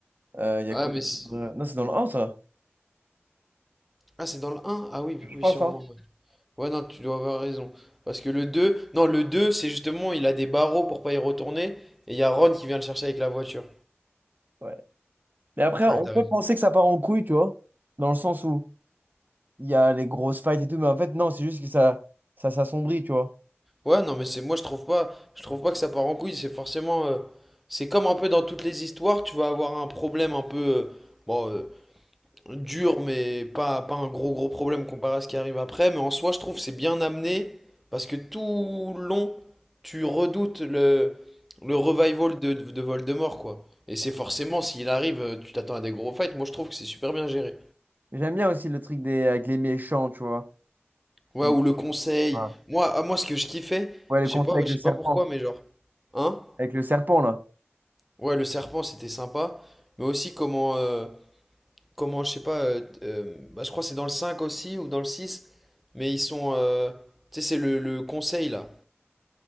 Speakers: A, on the right; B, in the centre.
A: ouais. Euh, Il y
B: Ouais,
A: a quoi?
B: mais... c'est-
A: d'autre Non, c'est dans le 1, ça.
B: Ah, c'est dans le un. Ah oui,
A: Je
B: oui,
A: pense,
B: sûrement.
A: hein.
B: ouais. Ouais, non, tu dois avoir raison. Parce que le 2 non, le 2 c'est justement, il a des barreaux pour pas y retourner. Et il y a Ron qui vient le chercher avec la voiture.
A: Ouais. Mais après, on
B: Ouais, t'as
A: peut
B: raison.
A: penser que ça part en couille, tu vois. Dans le sens où il y a les grosses fights et tout, mais en fait, non, c'est juste que ça, ça s'assombrit, tu vois.
B: Ouais, non, mais c'est moi, je trouve pas, je trouve pas que ça part en couille. C'est forcément, euh, c'est comme un peu dans toutes les histoires, tu vas avoir un problème un peu, euh, bon, euh, dur, mais pas, pas un gros gros problème comparé à ce qui arrive après. Mais en soi, je trouve que c'est bien amené parce que tout le long, tu redoutes le, le revival de, de Voldemort, quoi. Et c'est forcément, s'il arrive, euh, tu t'attends à des gros fights. Moi, je trouve que c'est super bien géré.
A: J'aime bien aussi le truc des, avec les méchants, tu vois.
B: Ouais,
A: Il-
B: ou le conseil.
A: ah.
B: Moi, à moi, ce que je kiffais,
A: Ouais, le
B: je
A: conseil
B: sais pas,
A: avec
B: ouais, je
A: le
B: sais
A: serpent.
B: pas pourquoi, mais genre, hein?
A: Avec le serpent, là.
B: Ouais, le serpent, c'était sympa. Mais aussi comment, euh, Comment, je sais pas, euh, euh, bah, je crois que c'est dans le 5 aussi ou dans le 6, mais ils sont. euh, tu sais, c'est le, le conseil là.